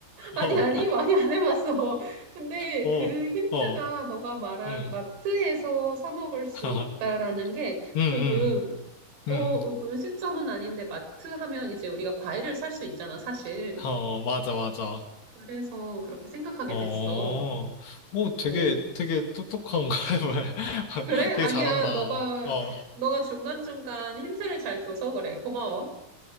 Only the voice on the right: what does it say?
아니,
아니, 많이 안 해봤어. 근데
그 힌트가
너가 말한
마트에서 사 먹을 수
있다라는 게
조금, 어,
음- 음식점은 아닌데 마트 하면 이제 우리가 과일을 살 수 있잖아, 사실.
그래서 그렇게 생각하게
됐어.
어,
그래? 아니야,
너가,
너가 중간중간 힌트를 잘 줘서 그래. 고마워.